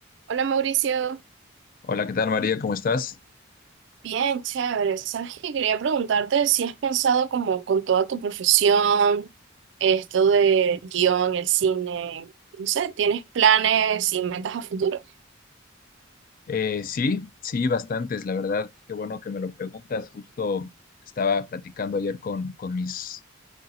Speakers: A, on the right; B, on the left.
A: Hola Mauricio,
B: Hola, ¿qué tal María? ¿Cómo estás?
A: Bien, chévere. Sabes que quería preguntarte si has pensado como con toda tu profesión, esto del guión, el cine, no sé, ¿tienes planes y metas a futuro?
B: Eh, sí, sí, bastantes, la verdad. Qué bueno que me lo preguntas. Justo estaba platicando ayer con, con mis,